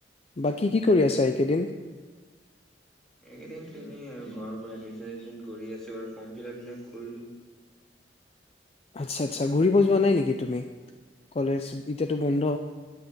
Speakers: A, on the left; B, in the centre.
A: বাকী কি কৰি আছা এইকেইদিন
B: এইকেইদিন তেনেই আৰু ঘৰৰ পৰা এদমিচন কৰি আছো আৰু ফৰ্ম ফিল আপ বিলাক কৰিলো
A: আচ্ছা আচ্ছা ঘূৰিব যোৱা নাই নেকি তুমি কলেজ এতিয়াটো বন্ধ